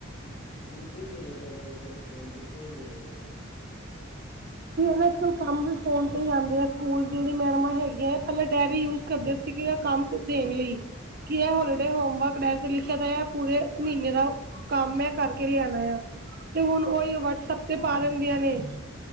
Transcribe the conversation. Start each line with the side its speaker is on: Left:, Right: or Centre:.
Left: ਬਿਲਕੁਲ ਨਹੀਂ ਦੇਣਾ ਚਾਹੀਦਾ ਬੱਚਿਆਂ ਨੂੰ ਫੋਨ ਬਿਲਕੁਲ ਨਹੀਂ ਦੇਣਾ ਚਾਹੀਦਾ।
Right: ਨਾਲ ਕੰਮ ਵੀ ਫੋਨ ਤੇ ਹੀ ਆਦੇ ਆ ਸਕੂਲ ਜਿਹੜੀ ਮੈਡਮਾਂ ਹੈਗੀਆ ਪਹਿਲਾਂ ਡਾਅਰੀ ਯੂਜ ਕਰਦੇ ਸੀਗੇ ਆ ਕੰਮ ਦੇਣ ਲਈ। ਕੀ ਹੈ ਹੋਲੀਡੇ ਹੋਮਵਰਕ ਡਾਇਰੀ ਤੇ ਲਿਖਿਆ ਦਾ ਹੈ ਪੂਰੇ ਮਹੀਨੇ ਦਾ ਕੰਮ ਐ ਕਰਕੇ ਲਿਆਣਾ ਆ ਤੇ ਹੁਣ ਉਹੀ ਵਟਸਪ ਤੇ ਪਾ ਦਿੰਦੀਆਂ ਨੇ।